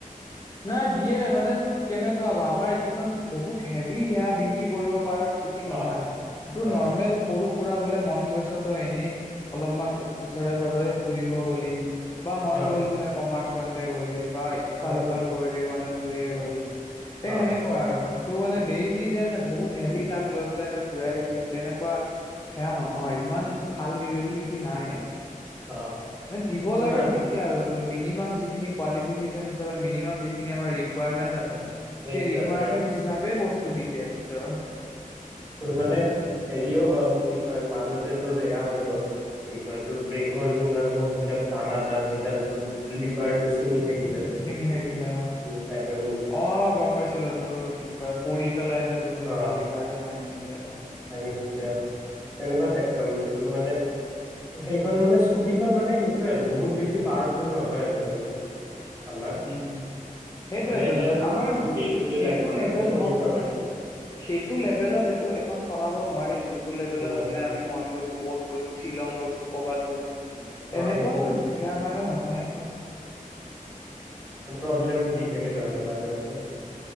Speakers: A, on the left; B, on the right.
A: নাই দিয়ে মানে তোৰ কেনেকুৱা হ আমাৰ এই কেইখন। বহুত হেভি ডিউটি কৰিব পাৰা স্কুটি
B: অ
A: নহয় এইটো
B: অ
A: নৰ্মেল সৰু। ফুৰা বোলে মন গৈছ তই এনেই অলপমান ওচৰে পাজৰে ফুৰিব গলি। বা মন
B: অ
A: গ'ল বোলে কমাৰ্চ পইণ্টে গলি বা ইফাল-
B: অ
A: সিফাল, পৰহিলে গণেশগুৰীয়ে
B: অ
A: গলি সেই
B: অ
A: সেনেকুৱা আৰু তোৰ মানে ডেইলি যে, - যে, বহুত হেভি তাক লৈ পেলাই যেন ঘুৰাই থাকিম তেনেকুৱা সেয়া নহয়, ইমান ভাল ডেলিবিলিটি নাই।
B: অ
A: দিব
B: তোৰ
A: লাগে
B: আৰু
A: দিছে আৰু মিনিমাম যিখিনি কোৱালিফিকেচন হিচাপে মিনিমাম, যিখিনি আমাৰ ৰিকুৱাৰমেণ্ট আছে সেই
B: হিচাপে
A: ৰিকুৱাৰমেণ্ট
B: আৰু দিছে
A: হিচাপে বস্তু দিছে, তাত
B: তোৰ মানে হেৰিও হ'ল কি কয়- মাজতে তোৰ এয়া হৈ গ'ল কি কয়, তোৰ ব্ৰেকৰ যোনডাল মোৰ সেইডাল টানাডাল সেইডাল, তোৰ
A: উম,
B: লিভাৰটো ছিঙি থাকিলে তোৰ
A: চিঙি থাকিলে অ',
B: চাইডৰ মূৰটো
A: -অহ ', গম পাইছিলো তোৰ কি কয় পৰি পেলাই যে তোৰ যে সেইডাল
B: অ
A: লিভাৰডাল ভাঙিছিল। <unintelligible>
B: ভাঙিছিলে অহ ', তেনেকুৱা টাইপ ত মানে তোৰ মানে, সেইখন মানে স্কুটিখন মানে, সেইটোৱে আৰু বহুত বেছি পাৱাৰফুল নহয় আৰু তাৰমানে। আমাৰ
A: উম, সেইটোৱেটো
B: মানে এনে আৰু
A: আমাৰ
B: তোৰ ডে টু
A: সেইটো
B: ডে লাইফত
A: লেভেল
B: আৰু চলি
A: মই কৈছো
B: যোৱাৰ
A: ৰাখিবি সেইটো লেভেলত এইটো এখন চলাব, নোৱাৰি জুন, -
B: কাৰণে
A: লেবেলত বোলে আমি মন গৈছো, কত গৈছো। শ্বিলং গৈছো, ক'বাত গৈছো।
B: অ
A: তেনেকুৱা
B: সেইটো
A: বেয়া কাৰণে নহয়, এইখন।
B: প্ৰব্লেম দি থাকে তাৰমানে, মাজে- মাজে